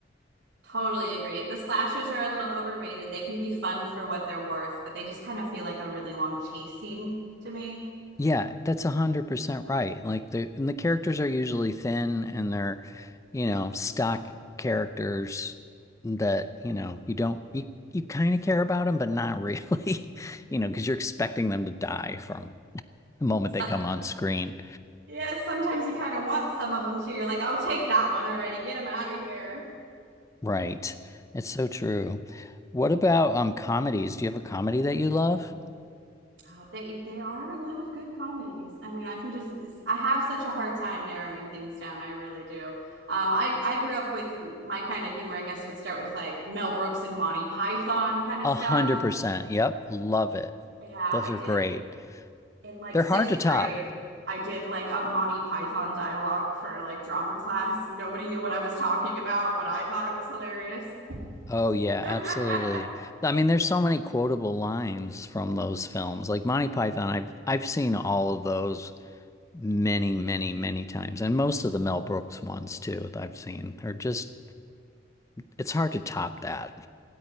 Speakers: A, on the right (about 80°); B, on the left (about 15°).
A: Totally agree. The slashers are a little overrated. They can be fun for what they're worth, but they just kind of feel like a really long chase scene to me.
B: Yeah, that's a hundred percent right. Like the and the characters are usually thin and they're, you know, stock characters that, you know, you don't you, you kind of care about them, but not really, <laughs> you know, because you're expecting them to die from the moment
A: So,
B: they come on screen.
A: yeah, sometimes you kind of want some of them too. You're like, oh, take that one already. Get them out of here.
B: Right. It's so true. What about um comedies? Do you have a comedy that you love?
A: Oh, they there are a lot of good comedies. I mean, I can just I have such a hard time narrowing things down. I really do. Um, I I grew up with my kind of humor. I guess would start with like Mel Brooks and Monty Python kind of
B: A
A: stuff.
B: hundred percent. Yep. Love it.
A: Yeah,
B: Those
A: I
B: are
A: did
B: great.
A: in like
B: They're
A: sixth
B: hard to top.
A: grade. I did like a Monty Python dialogue for like drama class. Nobody knew what I was talking about, but I thought it was hilarious.
B: Oh yeah,
A: <laughs>
B: absolutely. I mean, there's so many quotable lines from those films. Like Monty Python, I've I've seen all of those many, many, many times. And most of the Mel Brooks ones too, that I've seen are just it's hard to top that.